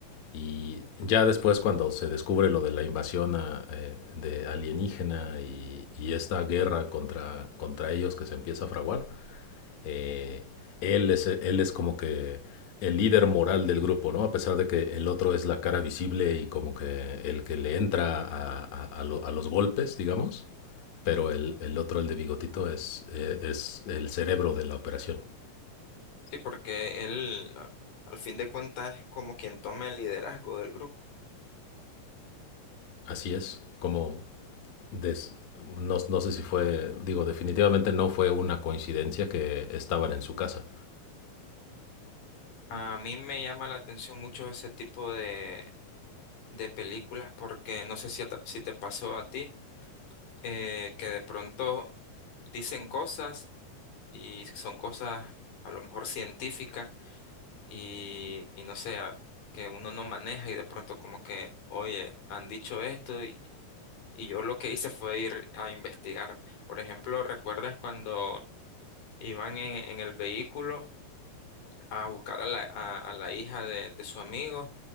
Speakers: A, on the left; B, on the left.
A: Y ya después cuando se descubre lo de la invasión a, eh, de alienígena y, y, esta guerra contra, contra ellos que se empieza a fraguar, eh, él, es, él es como que el líder moral del grupo, ¿no? A pesar de que el otro es la cara visible y como que el que le entra a, a- a lo- a los golpes, digamos, pero el, el otro, el de bigotito, es, eh, es el cerebro de la operación.
B: Sí, porque él, a- al fin de cuentas, es como quien toma el liderazgo del grupo.
A: Así es, como des- no, no sé si fue, digo, definitivamente no fue una coincidencia que estaban en su casa.
B: A mí me llama la atención mucho ese tipo de, de películas porque no sé si, a ta- si te pasó a ti, eh, que de pronto dicen cosas y son cosas a lo mejor científicas y, y no sé, a- que uno no maneja y de pronto como que, oye, han dicho esto y, y yo lo que hice fue ir a investigar. Por ejemplo, ¿recuerdas cuando... iban en, en el vehículo a buscar a la, a, a la hija de, de su amigo